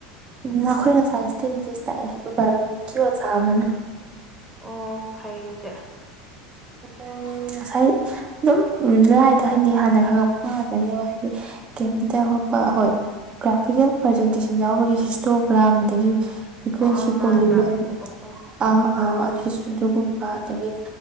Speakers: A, on the right (about 30°); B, in the centre.
A: ꯃꯈꯣꯏ ꯉꯁꯥꯏ ꯏꯁꯇꯦꯇꯤꯁꯇꯤꯛ ꯇꯥꯛꯑꯦ ꯏꯟꯚꯥꯏꯔꯣꯟꯃꯦꯟꯀꯤ ꯑꯣꯖꯥ ꯑꯃꯅ꯫
B: ꯑꯣ ꯐꯥꯏꯌꯦ ꯗꯨꯗꯤ꯫
A: ꯎꯝ ꯉꯁꯥꯏ ꯑꯗꯨꯝ ꯂꯥꯏꯗ ꯍꯥꯏꯗꯤ ꯍꯥꯟꯅ ꯈꯪꯉꯛꯄ ꯉꯥꯛꯇꯅꯦꯕ ꯍꯥꯏꯗꯤ ꯀꯩꯝꯇ ꯈꯣꯠꯄ ꯍꫭꯏ ꯒ꯭ꯔꯥꯐꯤꯀꯦꯜ ꯄ꯭ꯔꯖꯦꯟꯇꯦꯁꯟ ꯌꯥꯎꯕꯒꯤ ꯍꯤꯁꯇꯣꯒ꯭ꯔꯥꯝ ꯑꯗꯒꯤ ꯐ꯭ꯔꯤꯀ꯭ꯋꯦꯟꯁꯤ
B: ꯑꯥ ꯕꯥꯔ
A: ꯄꫭꯜꯂꯤꯒꫭꯟ
B: ꯒ꯭ꯔꯥꯐ ꯌꯦꯛꯄ ꯈꯣꯠꯄ
A: ꯑ ꯑꯥ <inaudible> ꯀꯨꯝꯕ ꯑꯗꯒꯤ